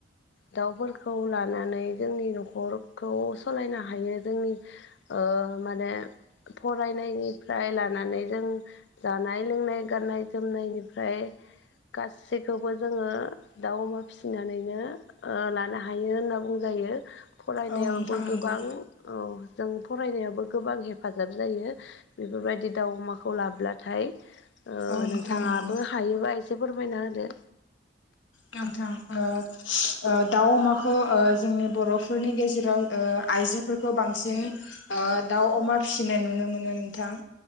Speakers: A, on the left (about 70°); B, on the left (about 90°).
A: दाउफोरखौ लानानै जोंनि न'खरखौ सालायनो हायो जोंनि। ओ माने। फरायनायनिफ्राय लानानै जों जानाय लोंनाय गाननाय जोमनायनिफ्राय गासैखौबो जोङो। दाउ अमा फिसिनानैनो ओ लानो हायो होनना बुंजायो। फरायनायावबो
B: औ नोंथां नंगौ
A: गोबां औ जों फरायनायावबो गोबां हेफाजाब जायो। बेफोरबायदि दाउ अमाखौ लाब्लाथाय। ओ
B: औ नोंथां
A: नोंथाङाबो
B: नंगौ
A: हायोबा एसे फोरमायना होदो।
B: नोंथां ओ ओ दाउ अमाखौ ओ जोंनि बर'फोरनि गेजेराव ओ आइजोफोर खौ बांसिन ओ दाउ अमा फिसिनाय नुनो मोनो नोंथां।